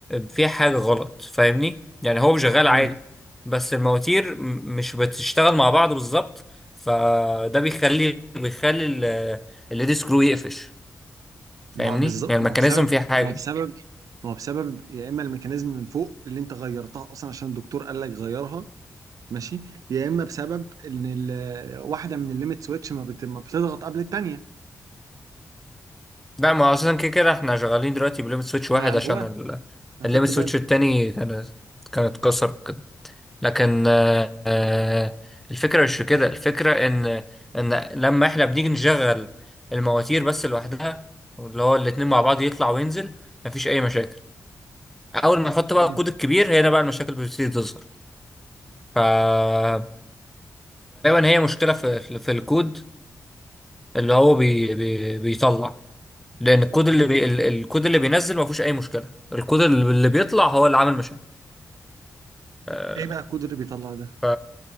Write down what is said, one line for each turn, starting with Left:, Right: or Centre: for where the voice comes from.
Centre: فيها حاجة غلط فاهمني يعني هو شغال
Right: مم.
Centre: عادي بس المواتير م- مش بتشتغل مع بعض بالظبط فده بيخلي بيخلي الليد سكرو يقفش فاهمني
Right: ما هو بالظبط
Centre: يعني
Right: ما
Centre: الميكانيزم
Right: هو بسبب
Centre: فيها حاجة
Right: ما هو بسبب ما هو بسبب يا اما الميكانيزم من فوق اللي انت غيرتها اصلا عشان الدكتور قال لك غيرها ماشي يا اما بسبب ان ال- واحده من الليميت سويتش ما بت- ما بتضغط قبل الثانيه
Centre: لا ما هو اصلا كده كده احنا شغالين دلوقتي بليمت سويتش
Right: ما
Centre: واحد
Right: انا
Centre: عشان
Right: جواها انا
Centre: الليمت
Right: خدت
Centre: سويتش
Right: بالي
Centre: التاني كانت كانت اتكسر لكن آه، آه، الفكرة مش في كده الفكرة إن إن لما إحنا بنيجي نشغل المواتير بس لوحدها اللي هو الاتنين مع بعض يطلع وينزل مفيش أي مشاكل أول ما نحط بقى
Right: مم.
Centre: الكود الكبير هنا بقى المشاكل بتبتدي تظهر فغالبا هي مشكلة في في الكود اللي هو بي بي بيطلع لأن الكود اللي بي ال- الكود اللي بينزل مفيهوش أي مشكلة الكود اللي اللي بيطلع هو اللي عامل مشاكل آه،
Right: ايه بقى الكود اللي بيطلع ده
Centre: ف